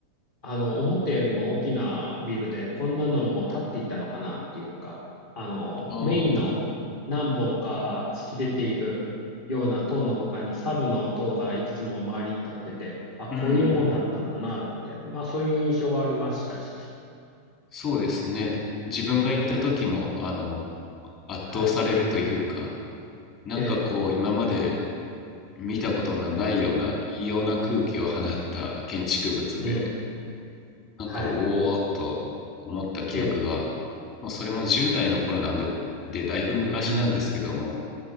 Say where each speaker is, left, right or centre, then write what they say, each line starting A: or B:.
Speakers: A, on the left; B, on the left.
A: あの、思ったよりも大きなビルで、こんなのも建っていったのかなっていうか、あの、
B: うん。
A: メインの何本か突き出ているような塔の他に、サブの塔がいくつも周りに立ってて、あ、
B: うんうん。
A: こういうもんだったんだな、なんて、まあそういう印象はありましたし。
B: そうですね。
A: はい。
B: 自分が行った時も、
A: ええ。
B: あの、圧倒されるというか、
A: はい。
B: なんかこう、
A: ええ。
B: 今まで見たことのないような異様な空気を放った建築物で、
A: うん。
B: なんか、
A: はい。
B: おおーっと思った記憶が、
A: ええ。
B: もうそれも10代の頃なんで、で、だいぶ昔なんですけども、
A: うん。